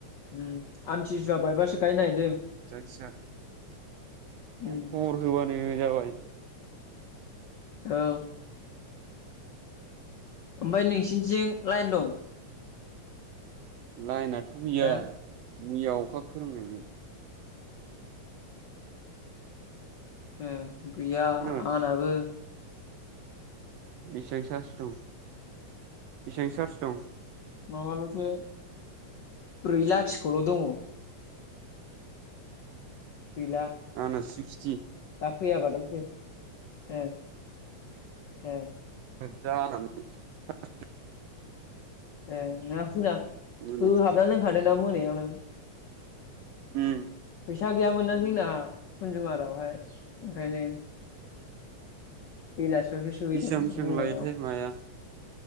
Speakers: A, on the left; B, on the right.
A: उम आमथि सुवा बायबासो गाय नायदो
B: <unintelligible>
A: उम
B: खबर होबानो जाबाय
A: औ ओमफ्राय नोंसिनिथिं लाइन दं
B: लायना थ गैया
A: हो
B: मैया अखा खोरोमनायजों
A: ओ गैया
B: खोनाबाय
A: आनाबो
B: बेसेबां सारस दं? बेसेबां सार्स दं?
A: माबाल'सो ब्रै लाखिखल' दङ। गैला
B: आंना सिक्स
A: दा फैयाबाथाय सेस सेस सेस।
B: होद जालानो <unintelligible>
A: ए नोंना <unintelligible>
B: मोनायाव
A: होहाबना दोनखादोंना मोनायावनो
B: उम।
A: फैसा गैयामोनना जोंना कुनजुमारावहाय? ओंखायनो बेलासेआवसो सोहैदों
B: बेसेबां
A: बुंनायाव
B: बेसेबां लायोथाय माया